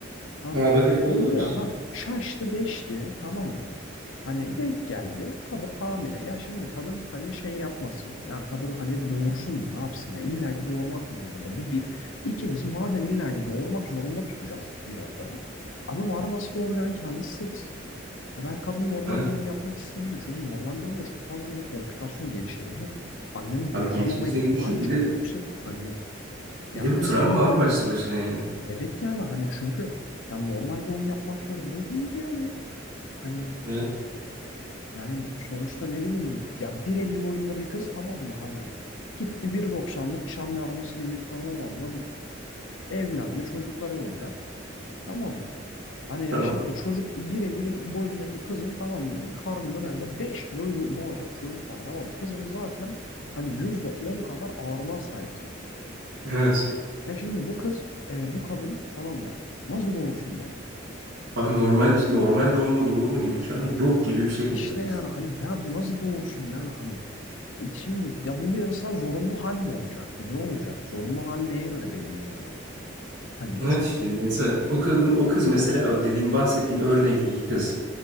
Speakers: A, on the left (about 85°); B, on the right (about 60°).
A: Tamam
B: Ha
A: mı?
B: bak evet
A: Oldu
B: o da var.
A: ya ha şaştı beşti tamam mı? Hani denk geldi kadın hamile. Ya şimdi kadın hani şey yapmasın mı? Ya kadın hani doğursun mu? Ne yapsın ya? İlla ki doğurmak mı zorunda? Bu bir. İkincisi madem illa ki doğurmak zorunda tutacağız bir noktada. Abi var nasıl doğuracağını kendisi seçsin. Ya ben kadın normal
B: Ha?
A: doğum yapmak istemiyor. Çünkü normal doğumda çok fazla yine komplikasyon gelişebiliyor. Annenin
B: Abi
A: doğuramama
B: gelişmesine
A: ihtimali
B: gelişiyor.
A: çok
B: Bir de
A: yüksek. Hani yani
B: bir de bu
A: mes-
B: travma abi başlı başına yani.
A: Evet yani hani çünkü ya normal doğum yapmak zorunda değil yani. Hani
B: Evet.
A: yani sonuçta ne bileyim ya 1.50 boyunda bir kız tamam mı hani gitti 1.90'lık çam yarması gibi bir tane olandan evlendi çocukları olacak tamam mı? Hani ya
B: Tamam.
A: şimdi çocuk 1.50 boyundaki kızın tamam mı karnında mesela 5 kilo yo- doğacak çocuk var tamam mı? Kızın zaten hani %10 kadar ağırlığa sahip çocuk.
B: Evet.
A: Hani ya şimdi bu kız e, bu kadın tamam mı? Nasıl doğursun bunu?
B: Abi normal bir normal doğumla doğurma imkanı yok
A: Hani
B: gibi bir şey
A: işte
B: neredeyiz.
A: yani hani ne yap nasıl doğursun yani hani E şimdi ya bu bir mesela zorunlu hal mi olacak bu ne olacak zorunlu hal neye göre belirleniyor hani
B: Evet
A: çünkü
B: işte mesela o kadın o kız mesela o dediğin bahsettiğin örnekteki kız.